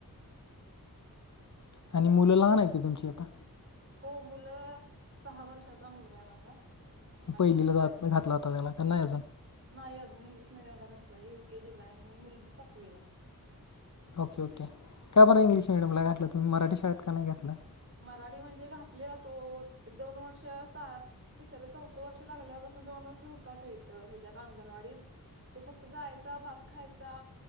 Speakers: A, on the left (about 50°); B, on the right (about 35°).
A: आणि मुलं लहान आहेतेत तुमची आता?
B: हो मुलं सहा वर्षाचा मुलगा आहे माझा आणि
A: पहिलीला
B: मुलगी
A: जात
B: आत-
A: घातला होता त्याला का नाही अजून
B: नाही अजून इंग्लिश मिडियम ला घातलाय यु केजी ला आणि मुलगी सातवी ला हाय.
A: ओके ओके का बरं
B: हम्म.
A: इंग्लिश मिडियमला घातलं तुम्ही मराठी शाळेत का नाही घातलं.
B: मराठी म्हणजे घातलेला तो दोन वर्ष अस तिसर चौथं वर्ष लागल्यापासून दोन वर्ष होता तो इथ ह्याच्यात अंगणवाडीत. तो फक्त जायचा भात खायचा.